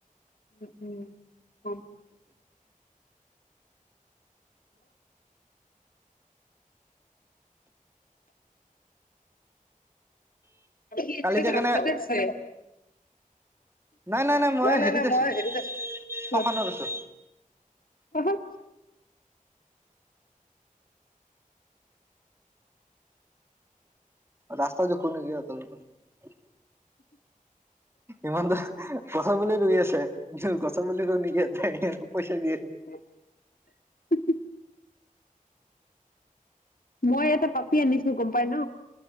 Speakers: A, on the left; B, on the right.
A: উম উম গম পাইছো <inaudible> সি এতিয়ালৈকে
B: কালি যেকাৰণে
A: ৰাস্তাতে আছে
B: নাই মই
A: নাই নাই
B: হেৰিত
A: নাই
B: আছো
A: মই হেৰিত আছো
B: শশানত আছো
A: <unintelligible>
B: ৰাস্তা জখো ন গ তোক ইমান দ কচা ব ৰুই আছে কচা বুলি ৰু নেকিয়াই পইচা দিয়ে নেকি
A: <inaudible> মই এটা পাপি আনিছো গম পাই ন